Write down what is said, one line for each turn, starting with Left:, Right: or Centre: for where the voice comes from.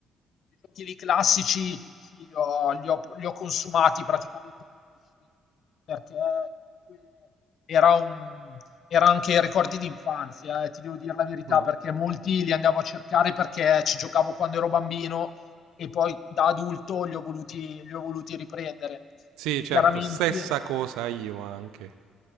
Left: i giochi lì classici sì, li ho, li ho- li ho consumati praticamente tutti, perché comunque era un, era anche ricordi di infanzia, eh, ti devo dire la verità,
Right: mm.
Left: perché molti li andavo a cercare perché ci giocavo quando ero bambino e poi da adulto li ho voluti li ho voluti riprendere.
Right: Sì, certo,
Left: Chiaramente
Right: stessa cosa io anche.